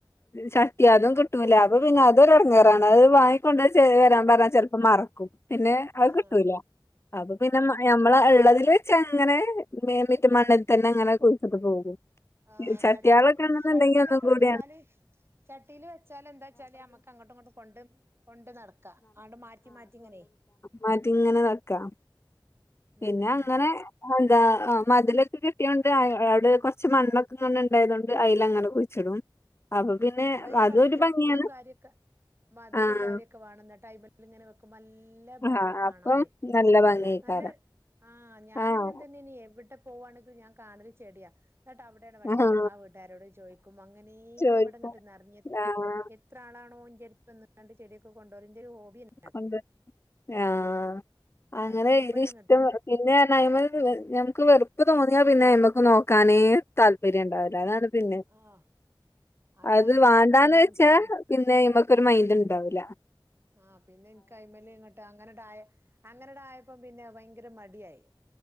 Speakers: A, on the left; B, on the right.
A: ചട്ടിയ അതും കിട്ടൂല അപ്പോ പിന്നെ അതൊരു ഇടങ്ങേറാണ് അത് വാ- കൊണ്ട് വരാൻ പറഞ്ഞാ ചെലപ്പോ മറക്കും, പിന്നെ അത്
B: ആഹ്
A: കിട്ടൂല. അപ്പോ പിന്നെ നമ്മള ള്ളതിൽ വെച്ച് അങ്ങനെ മറ്റ, മണ്ണിൽ തന്നെ അങ്ങനെ കുഴിച്ചട്ട് പോകും.
B: ആഹാ
A: ചട്ടിയാളൊക്കെ
B: ചട്ടിയിലൊക്കെ,
A: ഉണ്ടെന്നുണ്ടെങ്കി
B: ചട്ടിയിലൊക്കെ
A: ഒന്നും കൂടിയാണ്
B: വെച്ചാല്. ചട്ടില് വെച്ചാലെന്താച്ചാല് ഞമ്മക്ക് അങ്ങോട്ടും ഇങ്ങോട്ടും കൊണ്ട് കൊണ്ട് നടക്കാം അങ്ങ്ട്ട് മാറ്റി മാറ്റി ഇങ്ങനെ
A: മാറ്റിങ്ങനെ വെക്കാം
B: ഉം
A: പിന്നങ്ങനെ
B: ഉം
A: അതെന്താ ആഹ് മതിലൊക്കെ കെട്ടിയോണ്ട് അയ് അവിടെ കൊറച്ച് മണ്ണൊക്കെങ്ങനെ ഇണ്ടായത് കൊണ്ട് അയ്‌ലങ്ങനെ കുഴിച്ചിടും അപ്പ പിന്നെ
B: അതാ ഞാൻ
A: അതൊരു
B: പറഞ്ഞെ മതിലും
A: ഭംഗിയാണ്
B: കാര്യൊക്കെ മതിലും
A: ആഹ്
B: കാര്യൊ ക്കെ വേണം ന്നട്ട് അയ്മേല്ങ്ങനെ വെക്കുമ്പോ നല്ല ഭംഗിയാ
A: ആഹ്
B: കാണാന്
A: അപ്പം ഭംഗിയേക്കാരം
B: നല്ല നല്ല ആഹ് ഞാനങ്ങനെ
A: ആഹ്
B: തന്നെ ആണ് എവിടെ പോവാണെങ്കിലും ഞാൻ കാണല് ചെടിയാ എന്നട്ട് അവിടെയാണ് വണ്ടി
A: ആഹ്
B: എറങ്ങും ആ വീട്ടുകാരോടും ചോയ്ക്കും അങ്ങനേ
A: ചോയിക്കും
B: ഇവിടെങ്ങട്ട് നെർഞ്ഞ്
A: ആഹ്
B: ത്രാളാണോ ഇന്റെടുത്ത് വന്ന്ങ്ങാണ്ട് ചെടിയക്കെ കൊണ്ടോവല് എന്റൊരു ഹോബിയാണ്
A: കൊണ്ട് ആഹ് അങ്ങനെ
B: അതുമ്മല്
A: ഇതിഷ്ടം
B: ഇങ്ങട്ടേനി
A: പിന്നെ പറഞ്ഞാ ഞമ്മള് വെ ഞമ്ക്ക് വെറുപ്പ് തോന്നിയാ പിന്നെ അയ്മക്ക് നോക്കാനേ താല്പര്യംണ്ടാവില്ല അതാണ് പിന്നെ
B: ആഹ് അയില്
A: അത്
B: അങ്ങനായപ്പോ
A: വേണ്ടാന്ന്
B: പിന്നെ
A: വെച്ചാൽ
B: എനിക്കൊരു
A: പിന്നെ അയ്മക്ക് ഒരു മൈൻഡ്ണ്ടാവൂല
B: ആഹ് പിന്നെ എനിക്ക് അയ്മെല്ങ്ങട്ട് അങ്ങനെണ്ടായ് അങ്ങനെണ്ടായപ്പം പിന്നെ ഭയങ്കര മടിയായ്